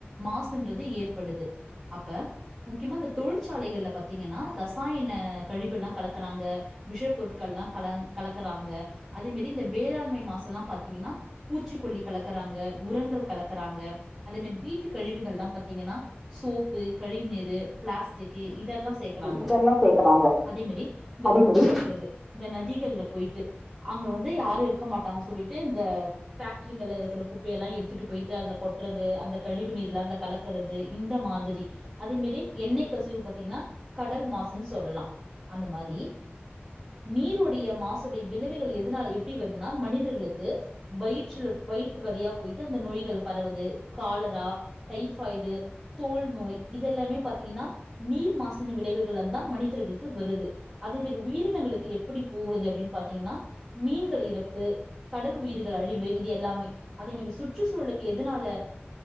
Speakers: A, on the right (about 30°); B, in the centre.
A: மாசுன்றது ஏற்படுது அப்ப முக்கியமா இந்த தொழிற்சாலைகள்ல பாத்தீங்கன்னா ரசாயன கழிவுல்லா கலக்கறாங்க விஷப்பொருட் கள் எல்லா கல கலக்கறாங்க அதேமாரி இந்த வேளாண்மை மாசு எல்லாம் பாரத்தீங்கன்னா பூச்சிக்கொல்லி கலக்கறாங்க உரங்கள் கலக்கறாங்க அதே மாதி வீட்டு கழிவுகள் எல்லாம் பாத்தீங்கன்னா சோப்பு கழிவுநீரு பிளாஸ்டிக் இதெல்லாம் சேக்கறாங்க
B: இதெல்லாம் சேக்குறாங்க.
A: அதே மேரி இந்த
B: அதே
A: குப்ப
B: மாரி
A: கொட்டுறது இந்த நதிகள்ல போயி ட்டு அங்க வந்து யாரும் இருக்க மாட்டாங்க சொல்லிட்டு இந்த ஃபேக் ஃபேக்டரிகள்ள இருக்கிற குப்பையெல்லாம் எடுத்துட்டு போயிட்டு அதுல கொட்டுறது அந்த கழிவு நீீர்ல அது கலக்கறது இந்த மாதிரி அதே மேரி எண்ணெய் கசிவு பாத்தீங்கன்னா கடல் மாசுன்னு சொல்லலாம் அந்த மாதிரி நீருடைய மாசுடைய விளைவுகள் எதனால் எப்படி வருதுனா மனிதர்களுக்கு வயிற் றுல‌ வயித்து வழியா போயிட்டு அந்த நோய்கள் பரவுது காலரா டைபாய்டு தோல் நோய் இதேல்லாமே பாத்தீங்கன்னா நீர் மாசின் விளைவுகள் தா மனிதர்களுக்கு வருது அதுமாரி உயிரினங்களுக்கு எப்படி போகுது அப்படின்னு பாத்தீங்கன்னா மீன்கள் இறப்பு கடல் உயிர்கள் அழிவு இது எல்லாமே அதேமேரி சுற்றுச்சூழலுக்கு எதனால